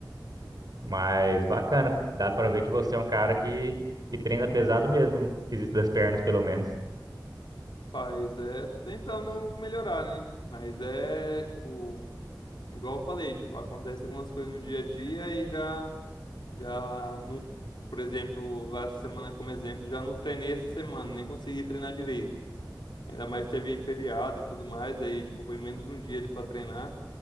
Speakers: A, on the right (about 55°); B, on the left (about 80°).
A: Mas bacana, dá pra ver que você é um cara que, que treina pesado mesmo, no quesito das pernas, pelo menos.
B: Paz, é, tô tentando melhorar, né? Mas é, tipo, igual eu falei, tipo, acontece algumas coisas no dia a dia e já, já no, por exemplo, lá essa semana como exemplo, já não treinei essa semana, nem consegui treinar direito. Ainda mais que teve feriado e tudo mais, aí, tipo, foi menos um dia ali pra treinar.